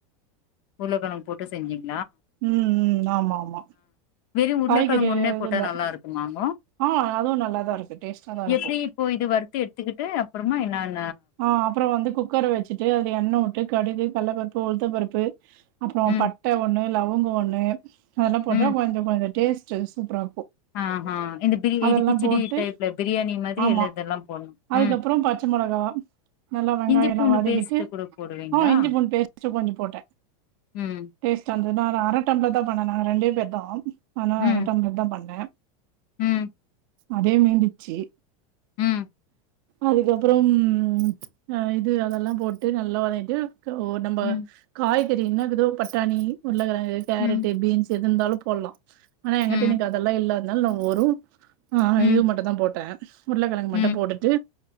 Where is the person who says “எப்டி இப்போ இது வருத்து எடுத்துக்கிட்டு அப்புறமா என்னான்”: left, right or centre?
Left